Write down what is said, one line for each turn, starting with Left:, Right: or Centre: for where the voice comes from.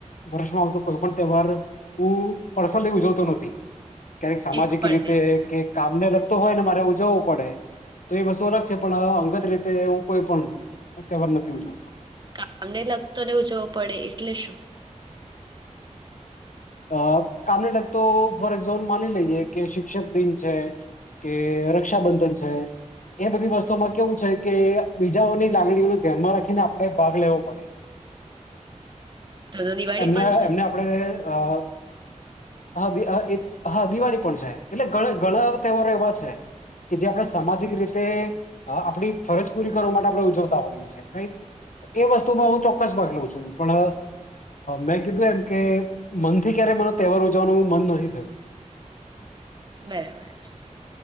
Left: વર્ષમાં આવતું કોઈ પણ તહેવાર હું પર્સનલી ઉજવતો નથી ક્યારેક સામાજિક
Right: એક પણ
Left: રીતે
Right: નહીં
Left: કે કામને લગ હોય ને મારે ઉજવવું પડે તો એ વસ્તુ અલગ છે પણ અંગત રીતે હું કોઈ પણ તહેવાર નથી ઉજવતો
Right: કામને લગતોને ઉજવો પડે એટલે શું
Left: અ કામને લગતો ફોર એક્ઝામ્પલ માની લઈએ કે શિક્ષક દિન છે કે રક્ષાબંધન છે એ બધી વસ્તુમાં કેવું છે કે બીજાઓની લંગણીઓ ન ધ્યાનમાં રાખીને આપડણે ભાગ લેવો પડે
Right: તો તો દિવાળી
Left: એમના
Right: પણ છે
Left: એમને આપડે અ હ દી હા એજ દિવાળી પણ છે એટલે ઘણા ઘણા તહેવારો એવા છે કે જે આપણે સામાજિક રીતે આપણી ફરજ પૂરી કરવા માટે આપણે ઉજવતા હોઈએ છેએ એ વસ્તુમાં હું ચોક્કસ પગ લઉ છું પણ મેં કીધું એમ કે મનથી ક્યારે મ તહેવારો <unintelligible> મન નથી થયું
Right: બરાબર છે